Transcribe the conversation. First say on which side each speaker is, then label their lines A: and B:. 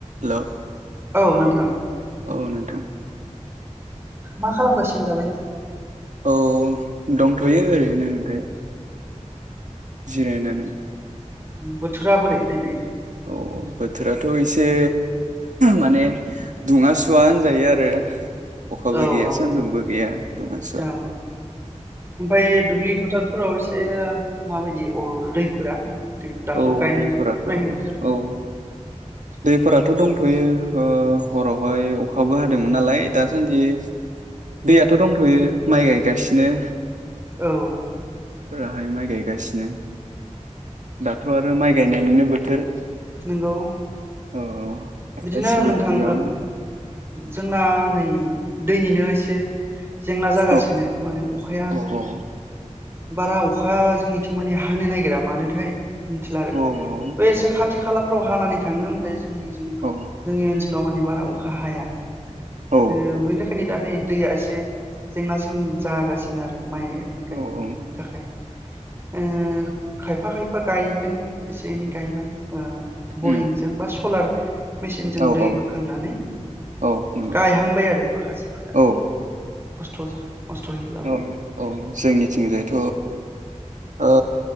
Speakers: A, on the right (about 80°); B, on the right (about 20°).
A: हेल'
B: औ नोंथां
A: औ नोंथां
B: मा खालामगासिनो दालाय
A: औ दंथ'यो ओरैनो ओमफाय जिरायनानै
B: बोथोराबोरै दिनै
A: औ बोथोराथ' एसे माने दुङा सुवा होनजायो आरो अखाबो
B: औ औ
A: गैया सान्दुंबो गैया दुङा सुवा
B: औ ओमफ्राय दुब्लि फोथार फोराव एसे माबायदि अ दैफोरा दाथ'
A: औ
B: गायनाय
A: दैफोराथ'
B: फुनायनि बोथोर
A: औ दैफोराथ' दं दथ'यो हरावहाय अखाबो हादोंमोन नालाय दासान्दि दैयाथ' दंथ'यो माइ गायगासिनो
B: औ औ
A: बेहाय माइ गायगासिनो दाथ' आरो माइ गायनायनिनो बोथोर
B: नंगौ
A: औ
B: बिदिनो
A: गासिबो
B: नोंथां
A: दुब्लियावनो
B: जोंना नै दैनिनो एसे जेंना जागासिनो
A: औ
B: माने अखाया
A: औ औ
B: बारा अखा जोंनिथिं माने हानो नागिरा मानोथाय मिथिला आरो
A: औ औ
B: बे एसे खाथि खालाम फ्राव हानानै थाङो ओमफ्राय जोंनिजों
A: औ
B: जोंनि ओनसोल माबा ना अखा हाया
A: औ
B: जो बिनिखायनो दा नै दैया एसे जेंना सोम जागासिनो आरो माइ
A: औ
B: गायनायनि
A: औ
B: थाखाय ओ खायफा खायफा गायदों एसे एनै गायबाय ओ बरिंजों
A: उम
B: बा सलार मेचिनजों
A: औ
B: दै
A: औ
B: बोखांनानै
A: औ नंगौ
B: गायहांबाय आरो माखासेफोरा
A: औ
B: खस्थ' मस्थ'यैब्लाबो
A: औ औ जोंनि बिथिंजायथ' ओ